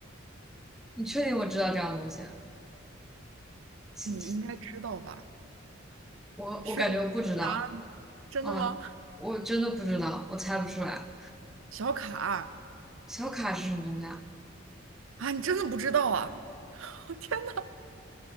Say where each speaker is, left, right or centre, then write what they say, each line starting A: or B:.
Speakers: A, in the centre; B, on the right.
A: 你确定我知道这样东西？是是
B: 你应该知道吧？
A: 我我感觉我不知道，
B: 需要我给你答案吗？真的吗？
A: 啊，我真的不知道，我猜不出来。
B: 小卡啊，
A: 小卡是什么东西啊？
B: 啊你真的不知道啊？<laughs> 我天呐，